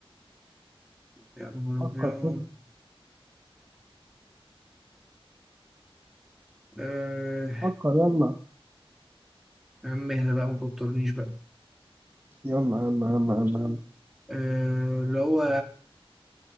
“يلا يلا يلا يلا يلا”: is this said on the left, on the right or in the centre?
Right